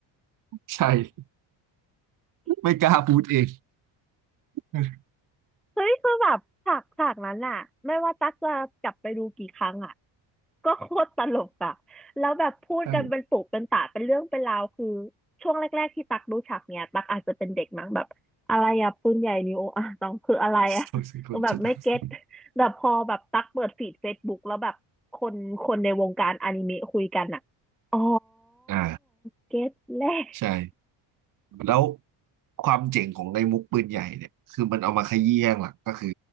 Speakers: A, on the right; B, in the centre.
A: ใช่ไม่กล้าพูดเอง <laughs>
B: เฮ้ยคือแบบฉากฉากนั้นอะไม่ว่าตั๊กจะกลับไปดูกี่ครั้งอ่ะ ก็โคตรตลกอ่ะแล้วแบบพูดกันเป็นปุกเป็นตะเป็นเรื่องเป็นราวคือ
A: ใช่
B: ช่วงแรกๆที่ตักรู้ฉากเนี่ยตักอาจจะเป็นเด็กมั้งแบบอะไรอะปืนใหญ่นิวอ่ะต้องคืออะไรอะต้องแบบไม่เก็ต
A: โซซิคนเจ็ดดาวสิ
B: แต่พอแบบตักเปิดฟีดเฟซบุ๊กแล้วแบบคนคนในวงการอนิเมะคุยกันอ่ะอ๋อ
A: อ่า
B: เก็ตแล้ว
A: ใช่แล้วความเจ๋งของไอ้มุกปืนใหญ่เนี่ยคือมันเอามาขยี้ข้างหลังก็คือ